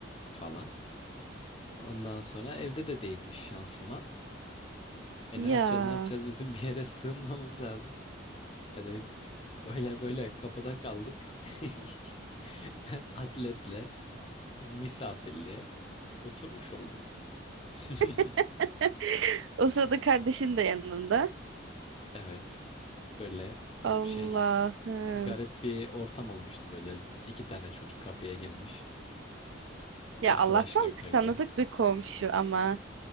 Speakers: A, on the left; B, on the right.
A: falan. Ondan sonra evde de değilmiş şansıma. E
B: Ya.
A: ne yapacağız ne yapacağız bizim bir yere sığınmamız lazım. E dedik böyle böyle kapıda kaldık. <laughs> Ben atletle misafirliğe oturmuş oldum. <laughs>
B: <laughs> O sırada kardeşin de yanında.
A: Evet. Böyle e,
B: Allah'ım.
A: şey garip bir ortam olmuştu böyle iki tane çocuk kapıya gelmiş.
B: Ya
A: Arkadaş
B: Allah'tan
A: da yok evde.
B: tanıdık bir komşu ama